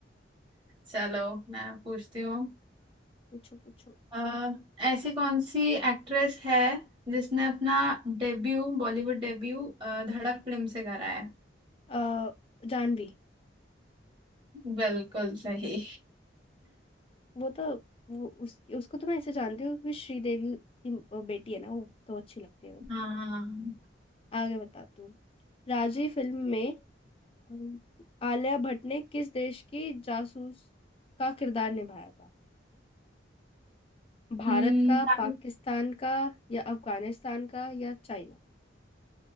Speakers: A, on the right (about 25°); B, on the left (about 30°).
A: चलो मैं पूछती हूँ
B: पूछो पूछो
A: अ, ऐसी कौन सी एक्ट्रेस है जिसने अपना debut Bollywood debut Dhadak film से करा है
B: आ, जानवी
A: बिल्कुल सही
B: वो तो वो उस उसको तो मैं ऐसे जानती हूँ कि श्रीदेवी की अ, बेटी है ना वो तो अच्छी लगती है मेरे को
A: हाँ हाँ।
B: आगे बताती हूँ राजी फिल्म में अम, आलिया भट्ट ने किस देश की जासूस का किरदार निभाया था भारत
A: हम्म,
B: का
A: पाकि-
B: पाकिस्तान का या अफगानिस्तान का या चाइना